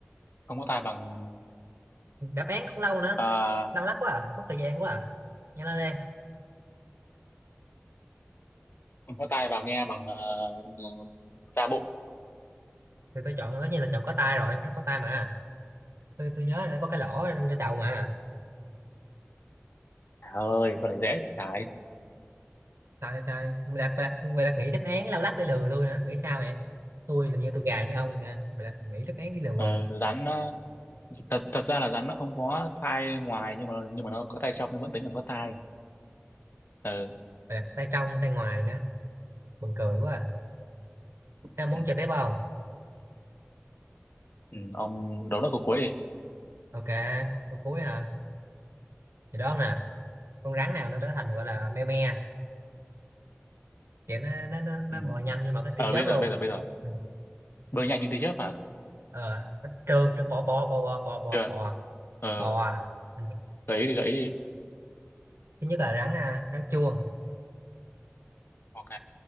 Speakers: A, on the left; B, on the right.
A: không có tai bằng
B: đáp án cũng lâu nữa
A: à,
B: lâu lắc quá à mất thời gian quá à nhanh lên đi
A: không có tai và nghe bằng uh, da bụng
B: thì tôi chọn tất nhiên là chọn có tai rồi nó có tai mà tôi tôi nhớ là nó có cái lỗ trên đầu mà
A: trời ơi con này dễ bị cái
B: trời trời mày đặt mày đặt mày đặt nghĩ đáp án lâu lắc để lừa tôi hả nghĩ sao vậy tôi làm như tôi gà như ông nha mày đặt nghĩ đáp án để lừa
A: Ờ, rắn ờ, thật thật ra là rắn nó không có tai ngoài nhưng mà nhưng mà nó có tai trong nhưng vẫn tính là có tai Ờ,
B: mày đặt tay trong tay ngoài nữa buồn cười quá à. Thế món
A: ừ,
B: chơi tiếp không
A: ừ, ông đố nó cuối cuối đi
B: ok câu cuối hả thì đó nè con rắn nào nó trở thành gọi là me me kiểu nó nó nó, nó
A: ừ.
B: bò nhanh nhưng mà cái tia
A: ờ
B: chớp
A: bây giờ
B: luôn
A: bây giờ bây giờ
B: Ừ,
A: bơi nhanh như tia chớp hả
B: ờ nó trơn trơn bò bò bò bò bò bò
A: Trường
B: bò
A: ờ
B: bò ừ.
A: gợi ý đi gợi ý đi
B: thứ nhất là rắn à, rắn chuông
A: ok